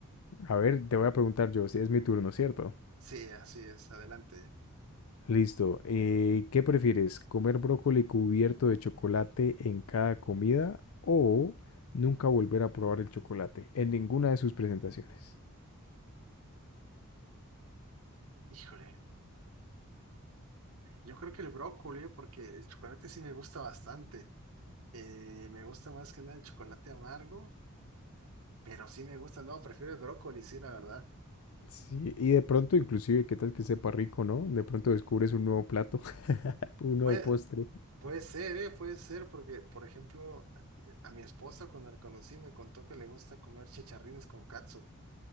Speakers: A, on the left (about 65°); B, on the right (about 65°).
A: A ver, te voy a preguntar yo, si es mi turno, ¿cierto?
B: sí, así es. Adelante.
A: Listo, eh, ¿qué prefieres? ¿Comer brócoli cubierto de chocolate en cada comida o nunca volver a probar el chocolate en ninguna de sus presentaciones?
B: Híjole, yo creo que el brócoli, porque el chocolate sí me gusta bastante. Eh, me gusta más que nada el chocolate amargo, pero sí me gusta, no, prefiero el brócoli, sí, la verdad.
A: Sí, y de pronto inclusive, ¿qué tal que sepa rico, no? De pronto descubres un nuevo plato, <laughs> un nuevo
B: Puede,
A: postre.
B: puede ser, ¿eh? Puede ser, porque, por ejemplo, eh, a mi esposa cuando la conocí me contó que le gusta comer chicharrines con katsu.